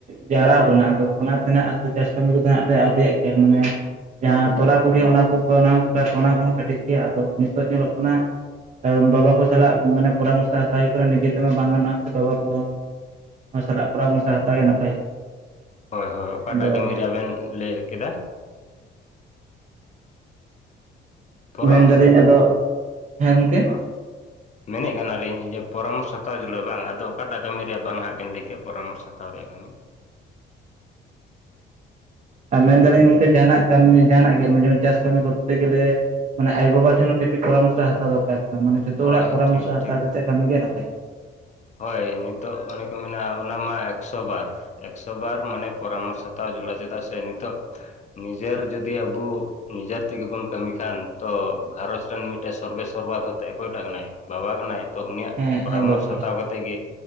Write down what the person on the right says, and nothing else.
ᱡᱟᱣᱨᱟ ᱵᱚᱱᱟ ᱟᱫᱚ ᱚᱱᱟᱛᱮ ᱦᱟᱸᱜ ᱟᱞᱮ ᱫᱚ ᱪᱟᱥ ᱠᱟᱹᱢᱤ ᱠᱚᱫᱚ ᱦᱟᱸᱜ ᱟᱯᱮ ᱫᱚ ᱟᱹᱣᱨᱤᱟᱜ ᱜᱮᱭᱟ ᱢᱟᱱᱮ ᱡᱟᱦᱟᱸ ᱛᱚᱞᱟ ᱠᱚᱜᱮ ᱚᱱᱟ ᱠᱚ ᱚᱱᱟ ᱠᱚᱦᱚᱸ ᱠᱟᱹᱴᱤᱡ ᱜᱮᱭᱟ ᱟᱫᱚ ᱱᱤᱛᱚᱜ ᱧᱮᱞᱚᱜ ᱠᱟᱱᱟ ᱠᱟᱨᱚᱱ ᱵᱟᱵᱟ ᱠᱚ ᱥᱟᱞᱟᱜ ᱢᱟᱱᱮ ᱯᱚᱨᱟᱢᱚᱨᱥᱚ ᱦᱟᱛᱟᱣ ᱦᱩᱭᱩᱜ ᱠᱟᱱᱟ ᱱᱤᱡᱮ ᱛᱮᱢᱟ ᱵᱟᱝ ᱜᱟᱱᱚᱜ-ᱟ ᱥᱮ ᱵᱟᱵᱟ ᱠᱚᱦᱚᱸ ᱠᱚ ᱥᱟᱞᱟᱜ ᱯᱚᱨᱟᱢᱚᱨᱥᱚ ᱦᱟᱛᱟᱣ ᱜᱮ ᱱᱟᱯᱟᱭᱟ᱾
ᱟᱫᱚ
ᱢᱮᱱ ᱫᱟᱞᱤᱧ ᱟᱫᱚ, ᱦᱮᱸ ᱜᱚᱝᱠᱮ?
ᱟᱨ ᱢᱮᱱ ᱫᱟᱞᱤᱧ ᱜᱚᱢᱠᱮ ᱡᱟᱦᱟᱸᱱᱟᱜ ᱠᱟᱹᱢᱤ ᱡᱟᱦᱟᱸᱱᱟᱜ ᱜᱮ ᱡᱮᱢᱚᱱ ᱪᱟᱥ ᱠᱟᱹᱢᱤ ᱠᱚᱨᱛᱮ ᱜᱮᱞᱮ ᱢᱟᱱᱮ ᱟᱭᱳ ᱵᱟᱵᱟ ᱴᱷᱮᱱ ᱦᱚᱸ ᱠᱟᱹᱴᱤ ᱯᱚᱨᱟᱢᱚᱨᱥᱚ ᱦᱟᱛᱟᱣ ᱫᱚᱨᱠᱟᱨ ᱠᱟᱱᱟ ᱢᱟᱱᱮ ᱡᱷᱚᱛᱚ
ᱦᱚᱲᱟᱜ ᱯᱚᱨᱟᱢᱚᱨᱥᱚ
ᱦᱟᱛᱟᱣ
ᱠᱟᱛᱮ ᱠᱟᱹᱢᱤ ᱜᱮ ᱱᱟᱯᱟᱭᱟ᱾
ᱦᱮᱸ
ᱦᱮᱸ ᱵᱟᱵᱟ ᱜᱮ